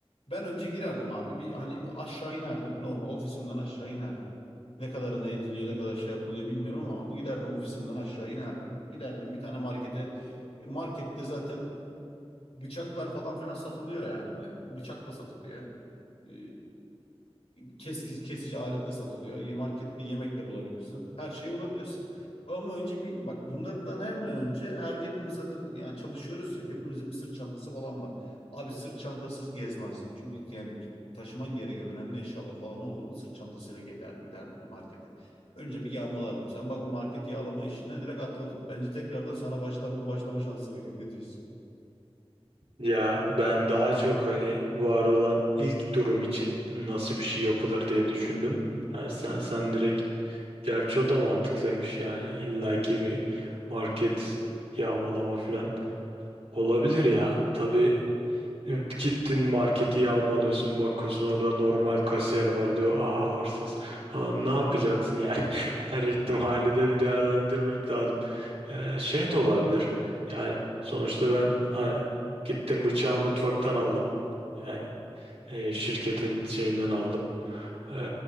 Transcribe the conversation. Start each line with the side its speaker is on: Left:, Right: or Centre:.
Left: Ben önce girerdim abi. Bir hani aşağı inerdim. Normal ofisimden aşağı inerdim. Ne kadarına ediliyor, ne kadar şey yapılıyor bilmiyorum ama giderdim ofisimden aşağı inerdim. Giderdim bir tane markete. E, Markette zaten bıçaklar falan filan satılıyor yani. Hani bıçak da satılıyor. E, kesici, kesici alet de satılıyor. Ye- Markette yemek de bulabilirsin. Her şeyi bulabilirsin. Ama önce bir bak bunlardan hemen önce her hepimiz zaten yani çalışıyoruz ya hepimizin bir sırt çantası falan var. Abi sırt çantasız gezmezdim. Çünkü yani bir taşıman gereken önemli eşyalar falan olduğunda sırt çantasıyla gider, giderdim markete. Önce bir yağmalardım. Sen bak o market yağlama işine direkt atladın. Bence tekrardan sana baştan bir başlama şansı vereyim. Ne diyorsun?
Right: Ya ben daha çok hani var olan ilk durum için nasıl bir şey yapılır diye düşündüm. Ha, sen sen direkt gerçi o da mantıklıymış yani illaki bir market yağmalama falan olabilir ya. Tabii e, Gittin marketi yağmalıyorsun bakıyorsun orada normal kasiyer var diyor aa hırsız Aa, ne yapacaksın yani <laughs> her ihtimali de bir değerlendirmek lazım Ee, şey de olabilir yani sonuçta ben ha, gittim bıçağı mutfaktan aldım yani e, şirketin şeyinden aldım Ee,